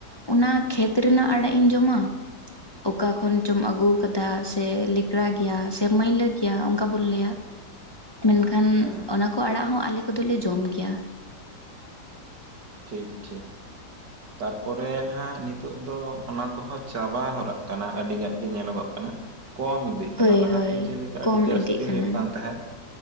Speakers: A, on the left; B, on the right.
A: ᱚᱱᱟ ᱠᱷᱮᱛ ᱨᱮᱱᱟᱜ ᱟᱲᱟᱜ ᱤᱧ ᱡᱚᱢᱟ ᱚᱠᱟ ᱠᱷᱚᱱ ᱪᱚᱢ ᱟᱹᱜᱩᱣᱠᱟᱫ ᱫᱟ ᱥᱮ ᱞᱮᱠᱲᱟ ᱜᱮᱭᱟ ᱥᱮ ᱢᱟᱹᱭᱞᱟᱹ ᱜᱮᱭᱟ ᱚᱱᱠᱟ ᱵᱚᱱ ᱞᱟᱹᱭᱟ, ᱢᱮᱱᱠᱷᱟᱱ
B: ᱦᱮᱸ
A: ᱚᱱᱟ ᱠᱚ ᱟᱲᱟᱜ ᱦᱚᱸ ᱟᱞᱮ ᱠᱚᱫᱚᱞᱮ ᱡᱚᱢ ᱜᱮᱭᱟ᱾
B: ᱴᱷᱤᱠ ᱴᱷᱤᱠ ᱛᱟᱨᱯᱚᱨᱮ ᱱᱟᱦᱟᱜ ᱱᱤᱛᱚᱜ ᱫᱚ ᱚᱱᱟ ᱠᱚᱦᱚᱸ ᱪᱟᱵᱟ ᱦᱚᱨᱟᱜ ᱠᱟᱱᱟ ᱟᱹᱰᱤ ᱜᱟᱡ ᱜᱮ ᱧᱮᱞᱚᱜᱚᱜ ᱠᱟᱱᱟ᱾ ᱠᱚᱢ ᱤᱫᱤᱜ ᱠᱟᱱᱟ
A: ᱦᱳᱭ
B: ᱞᱟᱦᱟᱛᱮ
A: ᱦᱳᱭ
B: ᱡᱮᱞᱮᱠᱟ
A: ᱠᱚᱢ
B: ᱟᱹᱰᱤ ᱡᱟᱹᱥᱛᱤ
A: ᱤᱫᱤᱜ ᱠᱟᱱᱟ
B: ᱦᱩᱭᱩᱜ ᱠᱟᱱ ᱛᱟᱦᱮᱸᱫ